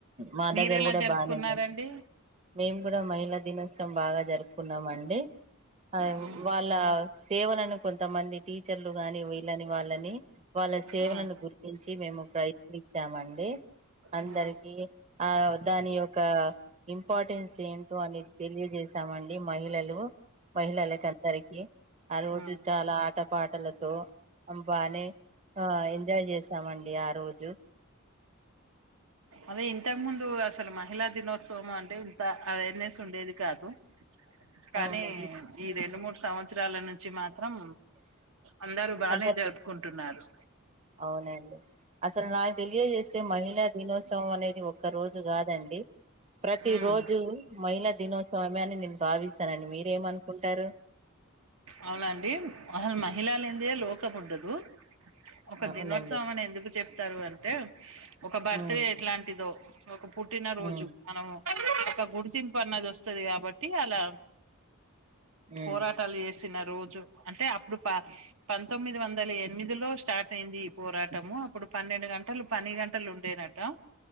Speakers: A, on the right; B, on the right.
A: మా
B: మీరెలా
A: దగ్గర కూడా
B: జరుపుకున్నారండి
A: బానే మేం కూడా మహిళా దినోత్సవం బాగా జరుపుకున్నామండి ఆ
B: హ్మ్.
A: వాళ్ళ సేవలను కొంతమంది టీచర్లు గాని వీళ్ళని వాళ్ళని వాళ్ళ సేవలను
B: హ్మ్.
A: గుర్తించి మేము ఇచ్చామండి అందరికి
B: హ్మ్.
A: ఆ దాని యొక్క ఇంపార్టెన్స్ ఏంటో అనేది తెలియజసామండి మహిళలు మహళలకందరికి ఆ రోజు
B: హ్మ్.
A: చాలా ఆట పాటలతో బానే ఆ ఎంజాయ్ చేసామండి ఆ రోజు
B: అవే ఇంతకు ముందు అసలు మహిళా దినోత్సవం అంటే ఇంత అవేర్నెస్ ఉండేది కాదు కానీ
A: అవునండి
B: ఈ రెండు మూడు సంవత్సరాల నుంచి మాత్రం అందరు బానే
A: అందరి
B: జరుపుకుంటున్నారు
A: అవునండి అసలు నాకు తెలియజేసే మహిళా దినోత్సవం అనేది ఒక్క రోజు కాదండి ప్రతి
B: ఉమ్
A: రోజు మహిళా దినోత్సవమే అని నేను భావిస్తానండి మీరేమనుకుంటారు
B: అవునా అండి అసలు మహిళా లేనిదే లోకం ఉండదు ఒక
A: అవునండి
B: దినోత్సవం అని ఎందుకు చెప్తారు అంటే ఒక బర్త్
A: ఉమ్
B: డే ఎట్లాంటిదో ఒక పుట్టిన రోజు
A: ఉమ్
B: మనము ఒక గుడితింపున్నది వస్తది కాబట్టి అలా
A: ఉమ్
B: పోరాటాలు చేసి న రోజు అంటే అప్పుడు పంతొమ్మిది వందల ఎనిమిది లో స్టార్ట్ అయింది పోరాటము అప్పుడు పన్నెండు గంటలు పని గంటలు ఉండేనట